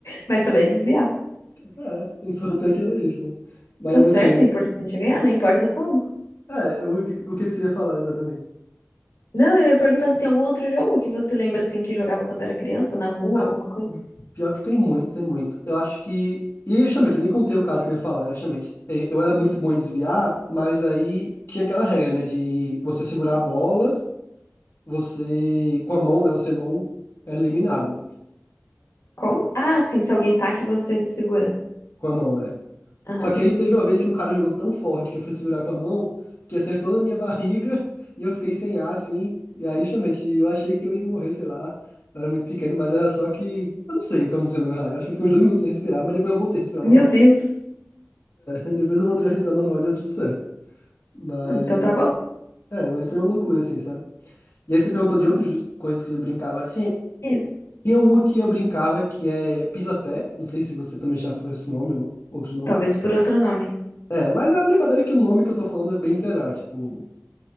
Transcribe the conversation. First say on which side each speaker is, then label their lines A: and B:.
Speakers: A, on the left; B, on the left.
A: Vai saber desviar.
B: É, o importante era isso, né? Mas
A: Tá certo,
B: assim,
A: o importante é ganhar, não importa como.
B: é, o, o que que você ia falar exatamente?
A: Não, eu ia perguntar se tem algum outro jogo que você lembra assim que jogava quando era criança, na rua,
B: Ah,
A: alguma coisa.
B: pior que tem muito, tem muito. Eu acho que. E justamente, eu nem contei o caso que eu ia falar, né, justamente. É, Eu era muito bom em desviar, mas aí tinha aquela regra, né? De você segurar a bola, você. Com a mão, né? Você não era eliminado, né?
A: Como? Ah, sim, se alguém tá aqui, você segura.
B: Com a mão, é.
A: Aham.
B: Só que aí teve uma vez que um cara jogou tão forte que eu fui segurar com a mão, que acertou na minha <laughs> barriga e eu fiquei sem ar, assim. E aí, justamente, eu achei que eu ia morrer, sei lá. Eu era muito pequeno, mas era só que. Eu não sei o que aconteceu, na verdade. Eu acho que eu fiquei uns dois minutos sem respirar, mas depois eu voltei a respirar
A: Meu
B: normal.
A: Deus.
B: É, <laughs> depois eu voltei a respirar normal e deu tudo certo. Mas.
A: Ah, Então tá bom.
B: É, mas foi uma loucura, assim, sabe? E aí você perguntou de outras ju- coisas que eu brincava, assim.
A: Isso.
B: Tinha uma que eu brincava que é pisa-pé. Não sei se você também chama por esse nome ou outro nome.
A: Talvez por outro nome.
B: É, mas é uma brincadeira que o nome que eu tô falando é bem literal, tipo,